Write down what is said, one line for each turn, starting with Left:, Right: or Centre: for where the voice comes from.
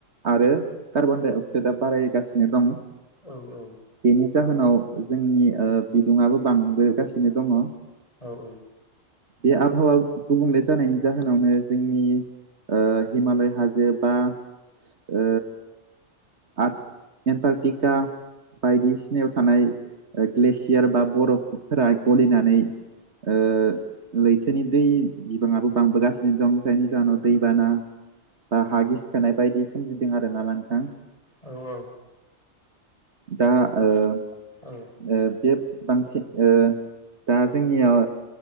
Right: आरो कार्बन डाइ अक्साइदआ बारायगासिनो दं
Left: औ औ।
Right: बेनि जाहोनाव जोंनि बिदुुंआबो बांबोगासिनो दङ
Left: औ औ
Right: बे आबहावा गुबुंले जानायनि जाहोनावनो जोंनि ओ हिमालय हाजो बा ओ आर एन्टारटिका बायदिसिनायाव थानाय ग्लेसियार बा बरफफोरा गलिनानै ओ लैथोनि दै बिबाङाबो बांबोगासिनो दं जायनि जाहोनाव दैबाना दा हा गिसिखोनाय बायदि सोमजिदों आर ना नोंथां
Left: औ औ।
Right: दा ओ ओ
Left: औ
Right: बे बांसिन ओ दा जोंनियाव